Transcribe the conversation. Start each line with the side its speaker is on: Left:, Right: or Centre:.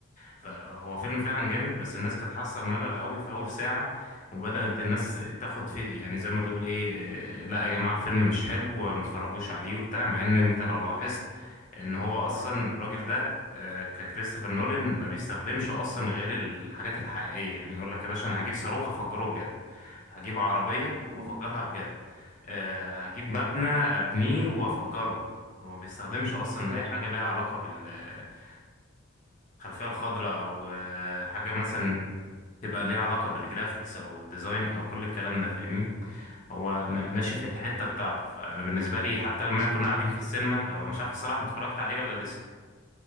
Left: فهو فيلم فعلا جامد بس الناس كانت حاسة بملل قوي في اول ساعة وبدأت الناس تاخد فيه يعني زي ما تقول ايه آه، لا يا جماعة الفيلم مش حلو ما تتفرجوش عليه وبتاع مع ان انت لو لاحظت ان هو اصلا الراجل ده آه، ككريستوفر نولان ما بيستخدمش اصلا غير الحاجات الحقيقية يعني يقول لك يا باشا انا هجيب صاروخ افجره بجد هجيب عربية
Right: آه،
Left: وافجرها بجد آه، هجيب مبنى ابنيه وافجره هو ما بيستخدمش اصلا
Right: بالظبط
Left: اي حاجه لها علاقه بالخلفيه الخضراء او آه، حاجه مثلا تبقى ليها علاقه بالجرافيكس او الديزاين او كل الكلام ده فاهمني هو ما-
Right: بالظبط
Left: ماشي في الحته بتاعته فانا بالنسبه لي حتى لما كنا قاعدين في السينما لو انا مش عارف الصراحه انت اتفرجت عليه ولا لسه